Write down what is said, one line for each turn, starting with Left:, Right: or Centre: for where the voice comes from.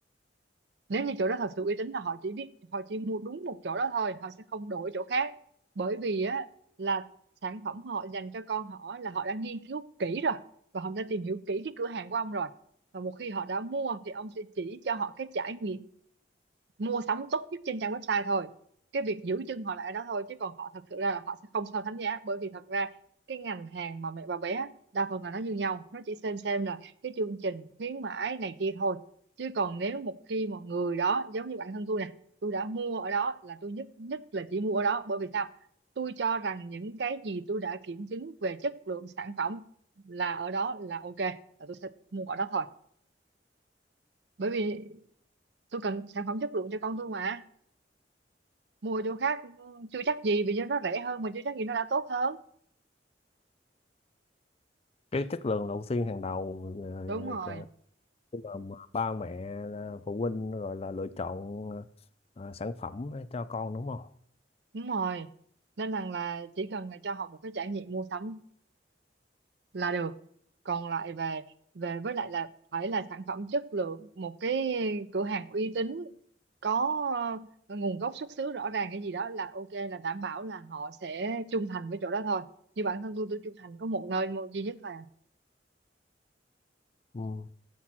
Right: nếu như chỗ đó thật sự uy tín là họ chỉ biết họ chỉ mua đúng một chỗ đó thôi họ sẽ không đổi chỗ khác bởi vì á là sản phẩm họ dành cho con họ là họ đã nghiên cứu kỹ rồi và họ đã tìm hiểu kỹ cái cửa hàng của ông rồi và một khi họ đã mua thì ông sẽ chỉ cho họ cái trải nghiệm mua sắm tốt nhất trên trang website thôi cái việc giữ chân họ lại ở đó thôi chứ còn họ thật sự ra là họ sẽ không so sánh giá bởi vì thật ra cái ngành hàng mà mẹ bà bé đa phần là nó như nhau nó chỉ xem xem là cái chương trình khuyến mãi này kia thôi chứ còn nếu một khi mà người đó giống như bản thân tôi nè tôi đã mua ở đó là tôi nhất nhất là chỉ mua ở đó bởi vì sao tôi cho rằng những cái gì tôi đã kiểm chứng về chất lượng sản phẩm là ở đó là ok là tôi sẽ mua ở đó thôi bởi vì tôi cần sản phẩm chất lượng cho con tôi mà mua chỗ khác chưa chắc gì vì nó rẻ hơn mà chưa chắc gì nó đã tốt hơn
Left: cái chất lượng đầu tiên hàng đầu ờ,
Right: đúng rồi
Left: cơ- khi mà, mà ba mẹ ờ, phụ huynh gọi là lựa chọn ờ, sản phẩm cho con đúng không
Right: đúng rồi nên rằng là chỉ cần là cho họ một cái trải nghiệm mua sắm là được còn lại về về với lại là phải là sản phẩm chất lượng một cái cửa hàng uy tín có ờ, nguồn gốc xuất xứ rõ ràng cái gì đó là ok là đảm bảo là họ sẽ trung thành với chỗ đó thôi như bản thân tôi tôi trung thành có một nơi một duy nhất là
Left: ừ.